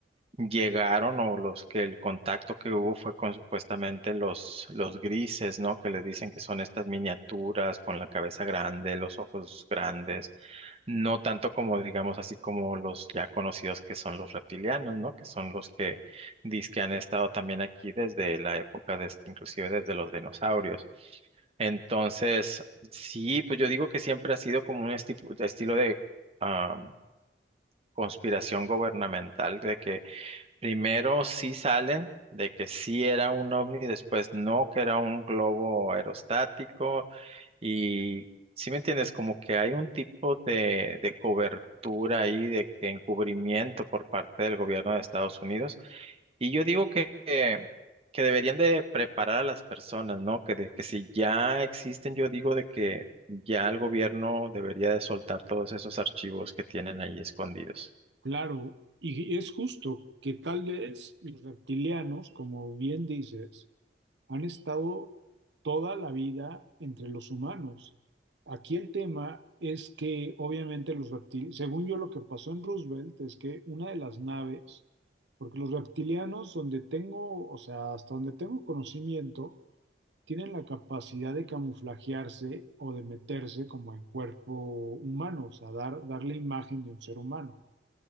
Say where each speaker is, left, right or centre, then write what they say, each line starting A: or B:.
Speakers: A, on the right (about 35°); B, on the right (about 85°).
A: llegaron o los que el contacto que hubo fue con supuestamente los, los grises, ¿no? Que les dicen que son estas miniaturas con la cabeza grande, los ojos grandes. No tanto como, digamos, así como los ya conocidos que son los reptilianos, ¿no? Que son los que dizque han estado también aquí desde la época de, este- inclusive desde los dinosaurios. Entonces, sí, pues yo digo que siempre ha sido como un esti- estilo de ah, conspiración gubernamental, de que Primero sí salen de que sí era un ovni, después no, que era un globo aerostático. Y si me entiendes, como que hay un tipo de, de cobertura ahí, de que encubrimiento por parte del gobierno de Estados Unidos. Y yo digo que, que, que deberían de preparar a las personas, ¿no? Que, de, que si ya existen, yo digo de que ya el gobierno debería de soltar todos esos archivos que tienen ahí escondidos.
B: Claro, y es justo que tal vez los reptilianos, como bien dices, han estado toda la vida entre los humanos. Aquí el tema es que obviamente los reptiles, según yo lo que pasó en Roosevelt es que una de las naves, porque los reptilianos donde tengo, o sea, hasta donde tengo conocimiento, tienen la capacidad de camuflajearse o de meterse como en cuerpo humano, o sea, dar, dar la imagen de un ser humano.